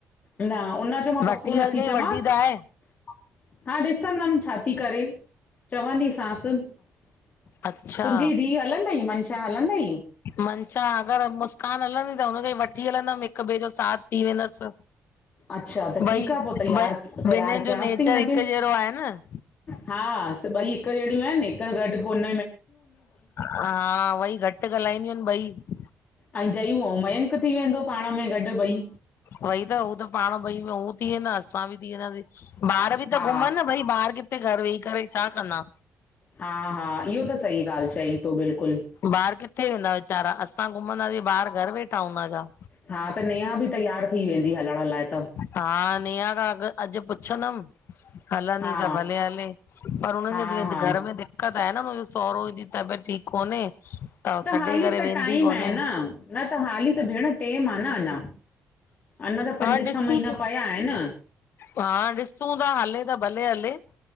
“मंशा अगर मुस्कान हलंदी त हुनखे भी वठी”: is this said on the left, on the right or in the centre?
Left